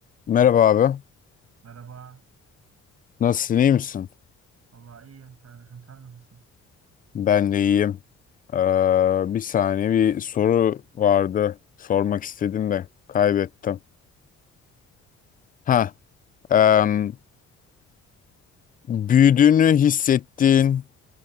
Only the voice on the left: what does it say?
Merhaba abi.
Nasılsın, iyi misin?
Ben de iyiyim. Ee, bir saniye bir soru vardı. Sormak istedim de kaybettim. Ha, em, büyüdüğünü hissettiğin